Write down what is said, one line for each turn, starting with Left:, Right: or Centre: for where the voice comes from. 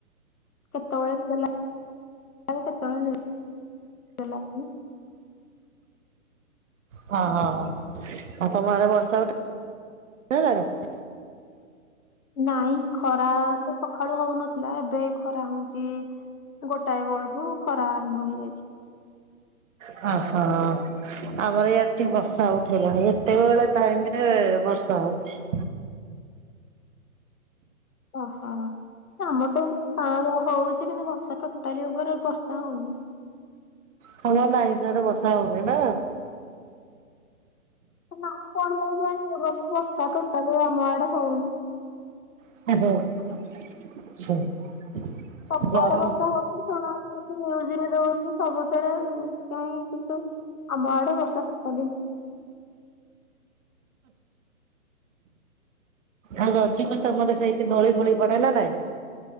Left: କେତେଳେ ନିଦ ଯାଏ କେତେ ନିଦ ଲାଗେନି।
Right: ହଁ ହଁ ହ ଆଉ ତମ ଆଡ଼େ ବର୍ଷା ଉଟେ ଇଲାଣି?
Left: ନାଇଁ ଖରା ତ ସକାଳୁ ହଉନ ଥିଲା ଏବେ ଖରା ହୋଉଚି ଗୋଟାଏ ବେଳଠୁ ଖରା ଆରମ୍ଭ ହେଇଯାଇଛି।
Right: ହ ହୋ। ଆମର ଇଆଡ଼େ ଟିକେ ବର୍ଷା ଉଠେଇଲାଣି ଏତେବେଳେ ଟାଇମ୍ ରେ ବର୍ଷା ହୋଉଚି।
Left: ଓହୋ। ଆମର ତ ଏଇ କାଁଳିଆ ହଉଛି କିନ୍ତୁ ବର୍ଷା ଟୋଟାଲି ଓପରେ ବର୍ଷା ହଉନି।
Right: ଖରା ନାଇଁ ସିଆଡ଼େ ବର୍ଷା ହୁଏନା।
Left: ନା କଣ ପାଇଁ କେଜାଣି <unintelligible> ବର୍ଷା ଟୋଟାଲି ଆମ ଆଡ଼େ ହୋଉନି।
Right: <unintelligible>
Left: ସବୁ
Right: ଗରମ
Left: ଆଡ଼େ ବର୍ଷା ହଉ <unintelligible> ନ୍ୟୁଜ୍ ରେ ଦଉଚି ସବୁଥିରେ କାଇଁ କିନ୍ତୁ ଆମ ଆଡ଼େ ବର୍ଷା ଟୋଟାଲି ନା
Right: ଆଉ ରଜକୁ ତମର ସେଇଠି ଦୋଳି ଫୋଳି ପଡ଼େ ନା ନାଇଁ?